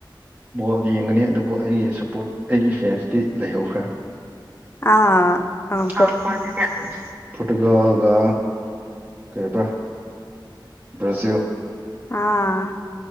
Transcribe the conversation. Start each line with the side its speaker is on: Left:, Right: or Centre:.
Right: ꯕꯣꯜ ꯌꯦꯡꯒꯅꯤ ꯑꯗꯨꯕꯨ ꯑꯩ ꯁꯞꯄꯣꯔꯠ ꯑꯩꯒꯤ ꯐꯦꯟꯁꯇꯤ ꯂꯩꯍꯧꯈ꯭ꯔꯦ
Left: ꯑꯥ ꯑꯝ
Right: <unintelligible> ꯄꯣꯔꯇꯨꯒꯜꯒ ꯀꯔꯤꯕ ꯕ꯭ꯔꯥꯖꯤꯜ
Left: ꯑꯥ